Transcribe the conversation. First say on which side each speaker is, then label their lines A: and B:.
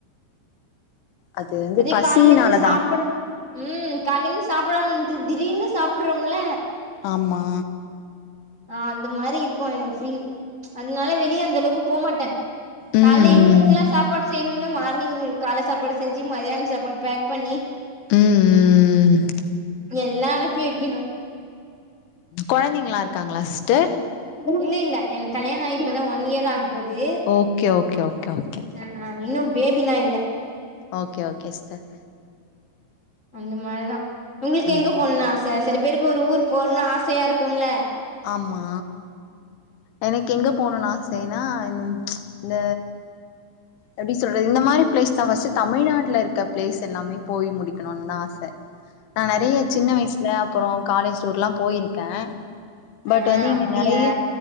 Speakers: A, on the left; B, on the left.
A: அது வந்து
B: அதே
A: பசினாலதா
B: கால்லேந்த சாப்புட் ம் காலேந்து சாப்டாம இருந்துட்டு‌ திடீர்னு சாப்பிட்றோம்ல
A: ஆமா
B: ஆ அந்த மாறி இருக்கு எனக்கு பீல் அதனால வெளியே அந்த அளவுக்கு போ மாட்ட
A: ம்
B: கால்ல இவங்களுக்கெல்லா
A: ம்
B: சாப்பாடு செய்யணும்ல மார்னிங் இங்களுக்கு கால்ல சாம்பாடு செஞ்சு மதியான சாப்பாடு பேக் பண்ணி
A: ம் ம் ம்
B: எல்லா அனுப்பி வெக்கணு
A: கொழந்தைங்களா இருக்காங்களா சிஸ்டர்
B: இல்ல இல்ல எனக்கு கல்யாண ஆகி இப்பதா ஒன் இயர் ஆக போது
A: ஓகே ஓகே ஓகே ஓகே
B: ஆ இன்னு பேபிலா இல்ல
A: ஓகே ஓகே சிஸ்டர்
B: அந்த மாரிதா உங்களுக்கு
A: ம்
B: எங்க போனுன்னு ஆ ச சில பேருக்கு ஒரு ஊர் போணுன்னு ஆசையா இருக்கும்ல
A: ஆமா எனக்கு எங்க போணுன்னு ஆசைன்னா இந்த எப்டி சொல்றது இந்த மாரி பிளேஸ் தா ஃபஸ்ட் தமிழ்நாட்டுல இருக்க பிளேஸ் எல்லாம போய முடிக்கணுன் தா ஆச நா
B: ஆ
A: நெறைய சின்ன வயசுல அப்றோ காலேஜ் டூர்ல்லா போயிருக்கே பட்
B: ஆ
A: வந்து இங்க
B: அப்டியா
A: நெறைய